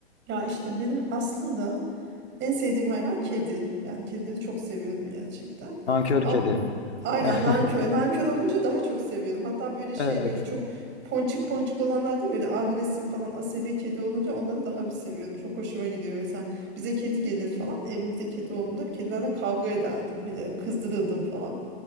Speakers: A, on the right (about 35°); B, on the left (about 85°).
A: Ya işte benim aslında en sevdiğim hayvan kedi. Yani kedileri çok seviyordum gerçekten.
B: Nankör
A: Ama
B: kedi.
A: aynen
B: <laughs>
A: nankör. Nankör olunca daha çok seviyordum. Hatta böyle şey
B: Evet.
A: böyle çok ponçik ponçik olanlar değil mi? Böyle agresif falan asabi kedi olunca onları daha bir seviyordum. Çok hoşuma gidiyor. Mesela bize kedi gelir falan. Evimizde kedi olduğunda kedilerle kavga ederdim. Bilerek kızdırırdım falan.